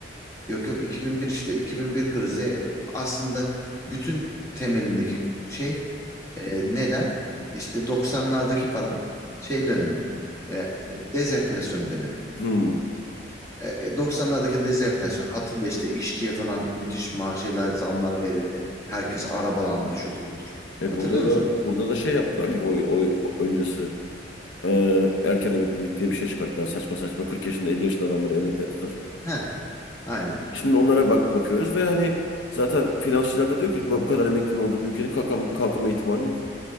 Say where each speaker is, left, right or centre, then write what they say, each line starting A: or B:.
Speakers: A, on the left; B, on the left.
A: Yok yok 2001 işte 2001 krizi e, bu aslında bütün temelindeki şey e, neden? İşte 90'lardaki falan şey dönemi. E, dezenflasyon dönemi.
B: Hmm.
A: E, 90'lardaki dezenflasyon hatırla işte işçiye falan müthiş ma şeyler zamlar verildi. Herkes arabalandı şudur budur.
B: E
A: Hatırlıyor
B: burada
A: musun?
B: da burada da şey yaptılar ya oy, oy öncesi. Ee, erken emeklilik diye bir şey çıkarttılar. Saçma saçma 40 yaşında 50 yaşında adamları emekli ettiler.
A: Heh, aynen.
B: Şimdi onlara bak bakıyoruz ve hani zaten finansçılar da diyor ki bu bu kadar emeklinin olduğu bir ülkenin kalkan- kalkınma ihtimali yok.